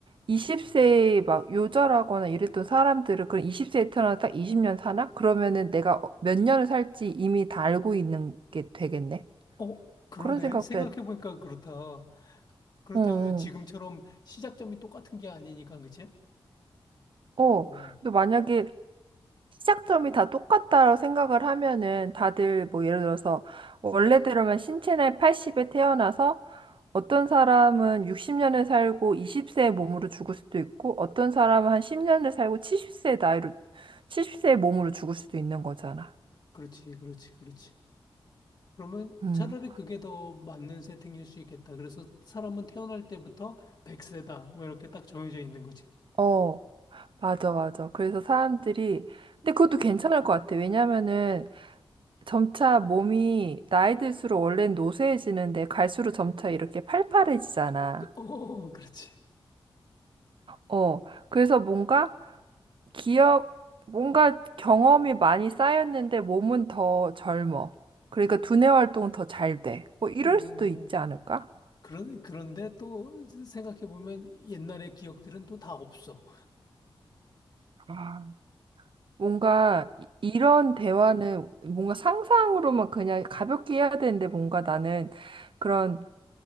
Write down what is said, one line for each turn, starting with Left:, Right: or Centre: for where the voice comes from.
Right: 20세에 막 요절하거나 이랬던 사람들은 그럼 20세에 태어나서 딱 20년 사나? 그러면은 내가 어- 몇 년을 살지 이미 다 알고 있는 게 되겠네.
Left: 어, 그러네.
Right: 그런 생각도
Left: 생각해보니까
Right: 해.
Left: 그렇다. 그렇다고
Right: 어, 어.
Left: 해서 지금처럼 시작점이 똑같은 게 아니니까, 그치?
Right: 어.
Left: 어,
Right: 근데 만약에 시작점이 다 똑같다고 생각을 하면은 다들 뭐 예를 들어서 원래대로면 신체 나이 80에 태어나서 어떤 사람은 60년을 살고 20세의 몸으로 죽을 수도 있고 어떤 사람은 한 10년을 살고 70세의 나이로 70세의 몸으로 죽을 수도 있는 거잖아.
Left: 그렇지, 그렇지, 그렇지. 그러면
Right: 음.
Left: 차라리 그게 더 맞는 세팅일 수 있겠다. 그래서 사람은 태어날 때부터 100세다. 뭐 이렇게 딱 정해져 있는 거지.
Right: 어, 맞아, 맞아. 그래서 사람들이 근데 그것도 괜찮을 것 같아. 왜냐면은 점차 몸이 나이 들수록 원래는 노쇠해지는데 갈수록 점차 이렇게 팔팔해지잖아.
Left: 그, 어, 그렇지.
Right: 어, 그래서 뭔가 기억, 뭔가 경험이 많이 쌓였는데 몸은 더 젊어. 그러니까 두뇌 활동은 더 잘 돼. 뭐 이럴
Left: 어.
Right: 수도 있지 않을까?
Left: 그런, 그런데 또 생각해 보면 옛날의 기억들은 또 다 없어.
Right: 아, 뭔가 이- 이런 대화는 뭔가 상상으로만 그냥 가볍게 해야 되는데 뭔가 나는 그런